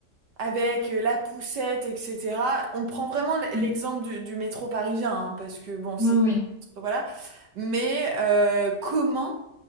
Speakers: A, on the right; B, in the centre.
A: avec euh, la poussette etc on prend vraiment
B: mm.
A: l'exemple du, du métro parisien hein, parce que bon
B: Oui, oui.
A: voilà. Mais euh, comment